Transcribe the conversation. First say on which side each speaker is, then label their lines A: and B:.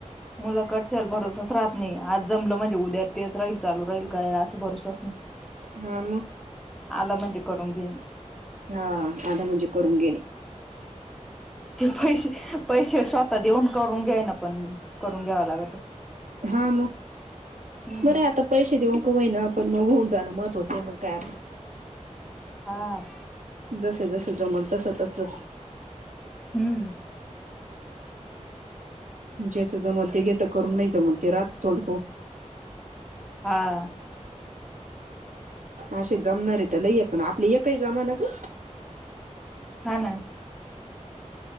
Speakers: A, in the centre; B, on the right (about 85°).
A: मुला कडच्याला भरोसाच राहत नाही. आज जमलं म्हणजे उद्या तेच राहील चालू राहील काय असं भरोसाच नाही. <inaudible>
B: हा मग.
A: आला म्हणजे करून घेई.
B: हाअ आलं म्हणजे करून घेणे.
A: <unintelligible> ते पैसे- पैसे स्वतः देऊनं करून घ्यावय नां पणं करून लागल.
B: हा मगं.
A: हम्म.
B: बरं आतां पैसे देऊन कां? होईना पणं मगं होऊन जाणं महत्त्वाचं आहे मगं कायं? आता.
A: हा.
B: जसं- जसं जमेलं. तसं- तसं.
A: हंम्म.
B: ज्याचं जमतं ते घेत करून, नाही जमत ते राहातं थोडं पाहू.
A: हा.
B: असे जमणार तर लई आहेत. पण, आपले हे काही जमानां गं.
A: हां नां.